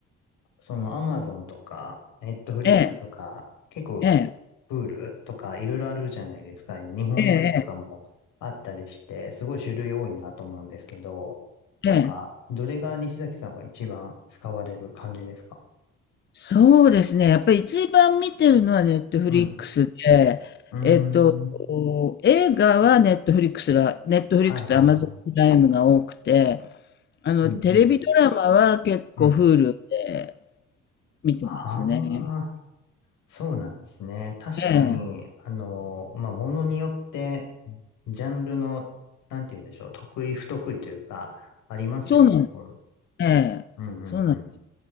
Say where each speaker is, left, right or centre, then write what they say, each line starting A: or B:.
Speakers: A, on the left; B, on the left.
A: そのアマゾンとか、ネットフリックスとか、
B: ええ、
A: 結構、
B: ええ、
A: プールとかいろいろあるじゃないですか。今、日本のやつとかもあったりして、
B: ええ、
A: すごい種類多いなと思うんですけど、なんか、
B: ええ。ええ
A: どれが西崎さんは一番使われる感じですか
B: そうですね、やっぱり一番見てるのはネットフリックスで、
A: うん。うーん。
B: えっと、映画はネットフリックスがネットフリックスと
A: はいはいはい。
B: Amazon プライムが多くて、あの、
A: うんうん。
B: テレビドラマは結構
A: うん。
B: Hulu で見てますね。
A: ああ、そうなんですね。確かに、
B: ええ、
A: あの、まあ、ものによって、ジャンルの、なんて言うんでしょう、得意不得意というか、ありますよね。
B: そうなん
A: こ
B: ええ、
A: うんうんうん。
B: そうなん